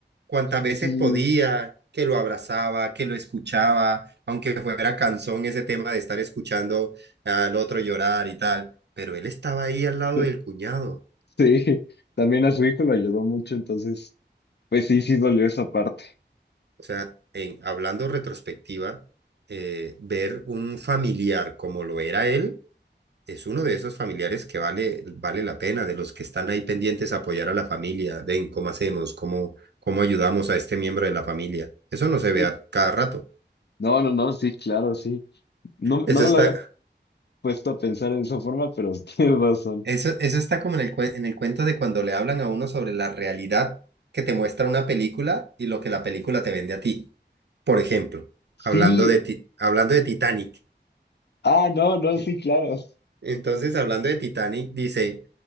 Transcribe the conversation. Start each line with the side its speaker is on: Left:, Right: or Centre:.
Right: cuantas veces
Left: Sí,
Right: podía, que lo abrazaba, que lo escuchaba, aunque fuera cansón ese tema de estar escuchando al otro llorar y tal. Pero él estaba ahí al
Left: <laughs>
Right: lado del cuñado.
Left: sí. También a su hijo lo ayudó mucho, entonces, pues sí, sí dolió esa parte.
Right: O sea, en, hablando retrospectiva, eh, ver un familiar como lo era él Es uno de esos familiares que vale, vale la pena, de los que están ahí pendientes a apoyar a la familia. Ven, ¿cómo hacemos? ¿Cómo, cómo ayudamos a este miembro de la familia? Eso no se
Left: Sí.
Right: ve a cada rato.
Left: No, no, no, sí, claro, sí. No,
Right: Eso
Left: no me
Right: está,
Left: lo había puesto a pensar en esa forma, pero <laughs> tienes razón.
Right: eso, eso está como en el, cuen- en el cuento de cuando le hablan a uno sobre la realidad que te muestra una película y lo que la película te vende a ti. Por ejemplo,
Left: Sí,
Right: hablando de, ti- hablando de Titanic.
Left: ah, no, no,
Right: En-
Left: sí, claro.
Right: Entonces, hablando de Titanic, dice,